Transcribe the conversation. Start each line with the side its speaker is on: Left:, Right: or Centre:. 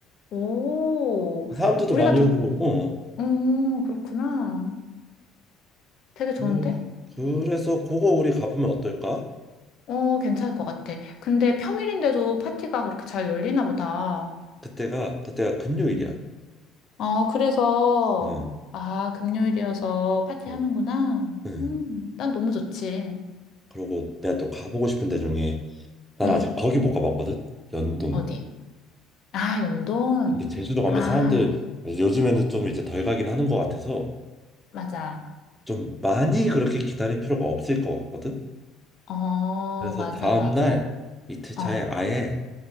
Left: 오,
Centre: 사람들도
Left: 우리가
Centre: 많이
Left: 도,
Centre: 오고. 어.
Left: 음, 그렇구나. 되게 좋은데?
Centre: 그, 그래서 그거 우리 가보면 어떨까?
Left: 어, 괜찮을 것 같아. 근데 평일인데도 파티가 그렇게 잘 열리나 보다.
Centre: 그때가 그때가 금요일이야.
Left: 음. 어, 그래서,
Centre: 응,
Left: 아, 금요일이어서 파티
Centre: 응,
Left: 하는구나.
Centre: 응.
Left: 음, 난 너무 좋지.
Centre: 그리고 내가 또 가보고 싶은 데 중에 난
Left: 음,
Centre: 아직 거기 못 가봤거든? 연돈.
Left: 어디? 아, 연돈.
Centre: 근데 제주도 가면
Left: 아,
Centre: 사람들 요즘에는 좀 이제 덜 가긴 하는 것 같아서
Left: 맞아.
Centre: 좀 많이 그렇게 기다릴 필요가 없을 것 같거든?
Left: 어,
Centre: 그래서
Left: 맞아,
Centre: 다음날
Left: 맞아.
Centre: 이틀 차에
Left: 어,
Centre: 아예